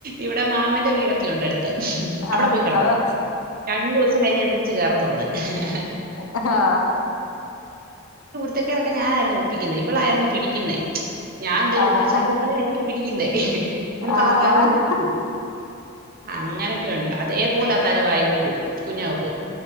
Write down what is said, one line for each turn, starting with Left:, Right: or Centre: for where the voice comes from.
Right: ഇവിടെ മാമന്റെ വീടൊക്കെ ഉണ്ട് അടുത് ത്ത്.
Left: ആഹ്
Right: അവിടെ പോയി കിടക്കു
Left: ആഹ് അത്
Right: രണ്ടു ദിവസം കഴിഞ്ഞ് ഞാൻ തിരിച്ച് കേറത്തുള്ളൂ ആഹ
Left: അഹാ
Right: ത്തക്കേടൊക്കെ ഞാനായിരുന്നു ഒപ്പി ക്കുന്നെ ഇവളായിരുന്നു പിടി ക്കുന്നെ ഞാൻ എന്തേലും
Left: ആഹ്
Right: ഒപ്പിച്ചാലും ഇവളെ ആയിരിക്കും പിടിക്കുന്നേ അവള്
Left: ആഹ്
Right: പാവയത് കൊണ്ട് നിക്കും. അങ്ങനെ ഒക്കെ ഉണ്ട് അതേപോലെ അതരവായി വെക്കും കുഞ്ഞാക്കു